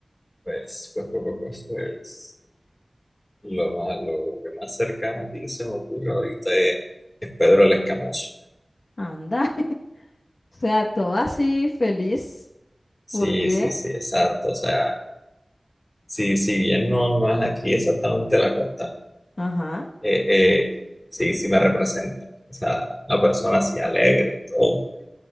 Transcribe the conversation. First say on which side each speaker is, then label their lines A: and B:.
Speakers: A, on the left; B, on the left.
A: Pues, pues, pues, pues, pues, pues, lo más, lo que más cercano a ti se me ocurre ahorita es, es Pedro el Escamoso.
B: Anda, <laughs> o sea, todo así feliz.
A: Sí,
B: ¿Por qué?
A: sí, sí, exacto, o sea... Si, si bien no, no es aquí exactamente la costa,
B: Ajá,
A: eh, eh, sí, sí me representa. O sea, una persona así alegre y todo,